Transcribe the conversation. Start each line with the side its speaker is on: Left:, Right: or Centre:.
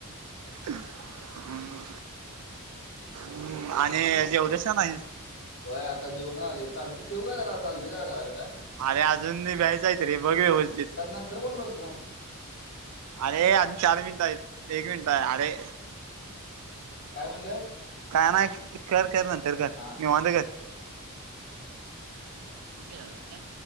Right: हम. हम आणि जेवलास का नाहीस
Left: होय आता जेवूनच आलोय चालतय ठेऊ का जरा चालोय जरा घराकडं
Right: अरे अजून निघायचं आहेत रे बघ यवस्तीत
Left: तर नंतर फोन करतो थांब
Right: अरे आजुन चार मिनिट आहे एक मिनिट आहे अरे
Left: काय म्हणलंस
Right: काय नाही कर कर नंतर कर
Left: हा.
Right: निवांत कर फोन केलालास काय